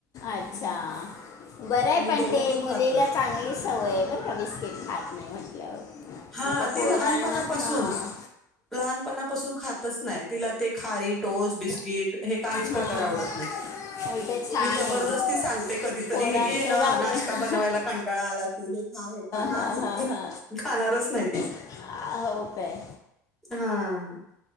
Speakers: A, on the left; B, in the centre.
A: अच्छा बरं हाय
B: ही
A: पण
B: दोघं
A: ते मुलीला
B: खात नाही.
A: चांगली सवय हाय बर का बिस्किट खात नाही म्हटल्यावर
B: हा
A: नाही तर पोरांना
B: ती लहानपणापासून
A: हां
B: लहानपणापासून खातच नाही तिला ते खारी टोस्ट बिस्किट हे काहीच
A: हा
B: प्रकार
A: हा
B: आवडत नाही
A: उलटे छान
B: मी जबरदस्ती
A: आहे
B: सांगते कधीतरी
A: पोरांचं
B: हे घे ना
A: जाऊ
B: नाश्ता
A: दे हा
B: बनवायला कंटाळा आला कि हे खा हे खा नाही
A: हा हा हा
B: खाणारच नाही ती
A: आ हो काय
B: हा